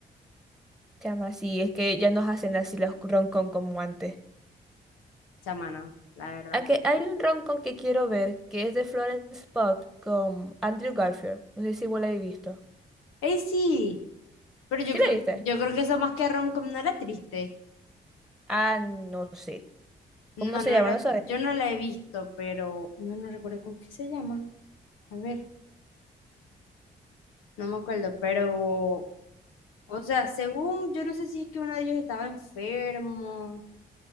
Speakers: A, in the centre; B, on the left.
A: Chama, sí, es que ya nos hacen así los roncon como antes.
B: Chamano, la verdad.
A: Aunque hay un roncon que quiero ver que es de Florence Pugh con Andrew Garfield. No sé si vos la habéis visto.
B: ¡Ey, sí! Pero yo
A: ¿Sí
B: creo,
A: la viste?
B: yo creo que eso más que romcom no era triste.
A: Ah, no sé.
B: No,
A: ¿Cómo se
B: no
A: llama?
B: la,
A: No sabes.
B: yo no la he visto, pero no, no recuerdo cómo es que se llama. A ver, no me acuerdo, pero O sea, según, yo no sé si es que uno de ellos estaba enfermo.